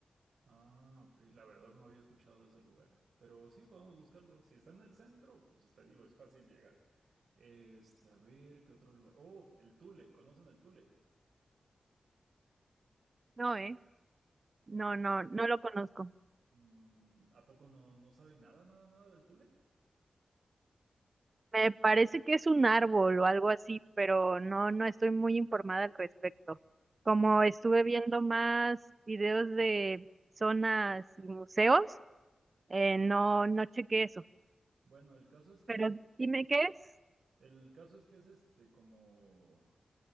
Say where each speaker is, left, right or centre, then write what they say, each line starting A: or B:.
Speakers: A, on the right; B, on the right.
A: Ah, ok. La verdad no había escuchado de ese lugar. Pero sí podemos buscarlo. Si está en el centro, pues te digo, es fácil llegar. Este, a ver, ¿qué otro lugar? Oh, el Tule. ¿Conocen el Tule?
B: No, ¿eh? No,
A: Eh,
B: no, no lo conozco.
A: mm, ¿a poco no, no saben nada, nada, nada del Tule?
B: Me parece que es un árbol o algo así, pero no, no estoy muy informada al respecto. Como estuve viendo más videos de zonas y museos, eh, no, no chequé eso.
A: Bueno, el caso es que.
B: Pero dime qué es.
A: El caso es que es este como.